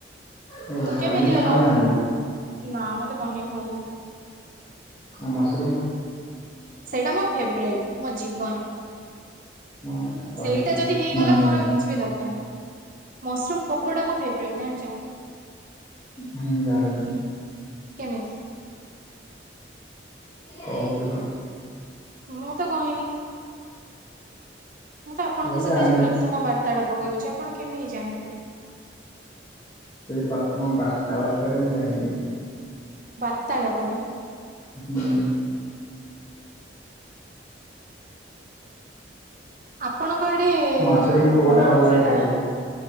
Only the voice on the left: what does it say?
ଓ
ପନିର
ଖାଉନାହାନ୍ତି
ଆଉ ମସରୁମ୍?
ହଁ କହିଥିଲେ
ମନେ
ନାହିଁ
ଉଁ ହୁଁ ଜାଣିଚି।
କହୁଥିଲ।
ହଉ
ଜାଣିଛି
ସେଇ ପ୍ରଥମ ବାର୍ତ୍ତାଳାପରେ ମୁଁ ଜାଣିଲି।
ହୁଁ
ମସରୁମ୍
କୋଉଟା
ଭଲ ଲାଗେ
ଖାଇବାକୁ